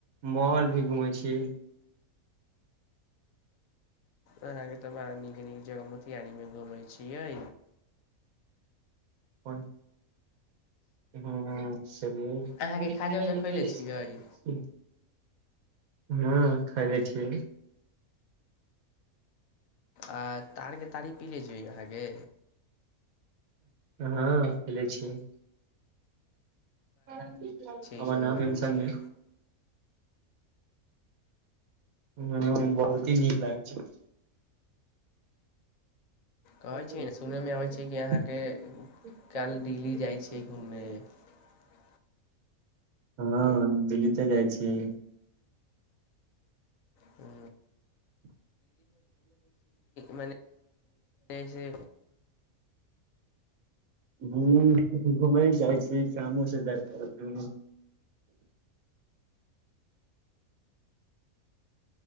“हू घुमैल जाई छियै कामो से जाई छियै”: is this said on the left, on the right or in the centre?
Right